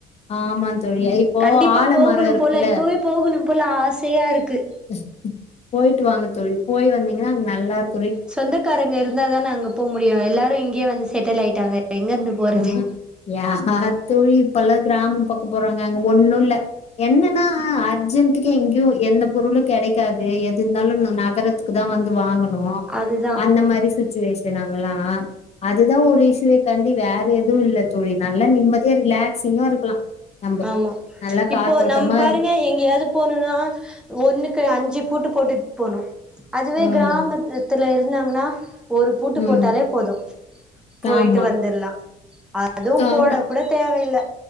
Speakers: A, on the left; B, in the centre.
A: ஆமா தோழி இப்போ
B: கண்டிப்பா
A: ஆலமரோ
B: போகணு
A: இருக்குல்ல
B: போல இப்போவே போகணு போல ஆசையா இருக்கு
A: ஸ் போயிட்டு வாங்க தோழி போய் வந்தீங்கன்னா அங்க நல்லா இருக்
B: சொந்தக்காரங்க இருந்தா தானே அங்க போ முடியு எல்லாரு இங்கேயே வந்து செட்டில் ஆயிட்டாங்க எங்க இருந்து போறது
A: ம் யார் தோழி இப்பல்லா கிராம பக்க போறாங்க அங்க ஒண்ணு இல்ல என்னன்னா அர்ஜென்டுக்கு எங்கேயு எந்த பொருளு கிடைக்காது எது இருந்தாலு நகர த்துக்கு தா வந்து வாங்கணு னுவோ
B: அதுதா
A: அந்த மாரி சுச்சுவேஷன் அங்கல்லா அதுதா ஒரு இஷ்யுவே டி வேற எதுவு இல்ல தோழி நல்லா நிம்மதியா ரிலாக்ஸிங்கா இருக்கலா நம்ப
B: ஆமா
A: நல்லா
B: இப்போ
A: காத்தோட்டமா
B: நம்ம பாருங்க
A: இருக்கு
B: எங்கயாது போணுனா ஒண்ணுக்கு அஞ்சு பூட்டு போட்டுட் போனு அதுவே
A: ம்
B: கிராமத் த்துல இருந்தாங்கன்னா ஒரு பூட்டு
A: ம்
B: போட்டாலே போது போயிட்டு
A: ஆமா
B: வந்துர்லா அதுவு
A: ஆமா
B: போடக் கூட தேவை இல்ல